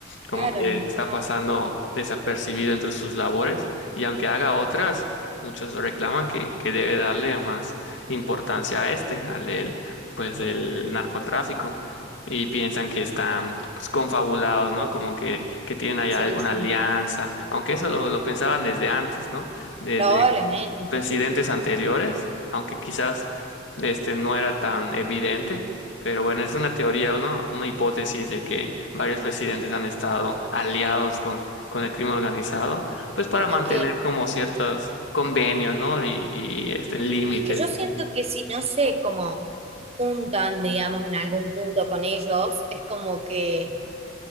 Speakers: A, on the left; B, on the right.
A: como
B: claro,
A: que
B: lo ignora.
A: está pasando desapercibido entre sus labores y aunque haga otras, muchos reclaman que, que debe darle más importancia a este, al del, pues, del narcotráfico. Y piensan que están pues confabulados, ¿no? Como que, que tienen allá
B: Sí,
A: alguna
B: sí,
A: alianza, aunque eso lo, lo pensaban desde antes, ¿no? Desde
B: probablemente.
A: presidentes anteriores, aunque quizás este no era tan evidente, pero bueno, es una teoría, una, una hipótesis de que varios presidentes han estado aliados con, con el crimen organizado, pues para mantener
B: Es que,
A: como ciertos convenios, ¿no? Y, y este, límites
B: es que yo siento que si no se como juntan, digamos, en algún punto con ellos, es como que